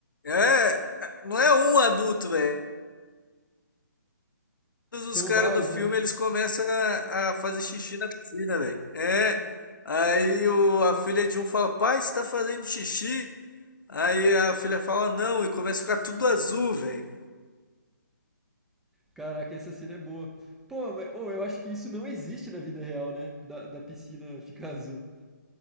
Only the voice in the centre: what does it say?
São
vários,
né?
Caraca, essa cena é boa. Pô, mas, ô, eu acho que isso não existe na vida real, né? Da, da piscina <laughs> ficar azul.